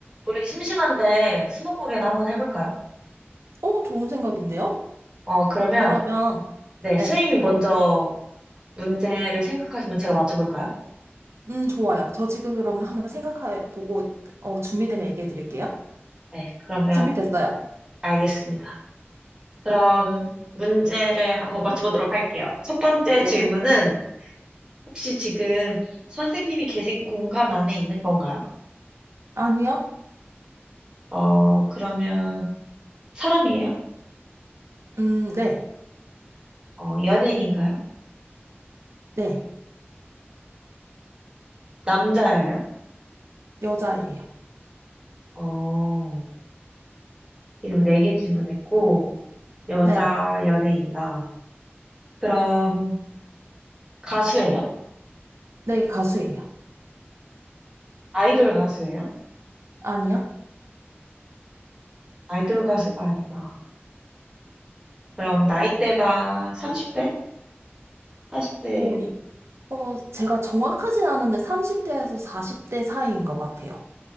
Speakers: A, on the right; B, on the right.
A: 우리 심심한데 스무고개나 한번 해볼까요?
B: 어, 좋은 생각인데요?
A: 어, 그러면
B: 그러면,
A: 네,
B: 네.
A: 스님이 먼저 문제를 생각하시면 제가 맞춰볼까요?
B: 음, 좋아요. 저 지금 그러면 한번 생각해보고, 어, 준비되면 얘기해드릴게요.
A: 네, 그러면
B: 준비됐어요.
A: 알겠습니다. 그럼 문제를 한번 맞춰보도록 할게요. 첫 번째
B: 네.
A: 질문은 혹시 지금 선생님이 계신 공간 안에 있는 건가요?
B: 아니요?
A: 어, 그러면 사람이에요?
B: 음, 네.
A: 어, 연예인인가요?
B: 네.
A: 남자예요?
B: 여자예요.
A: 어, 지금 네 개 질문했고 여자
B: 네.
A: 연예인이다. 그럼 가수예요?
B: 네, 가수예요.
A: 아이돌 가수예요?
B: 아니요?
A: 아이돌 가수가 아니다. 그럼 나이대가 30대? 40대
B: 오, 이, 어, 제가 정확하진 않은데 30대에서 40대 사이인 것 같아요.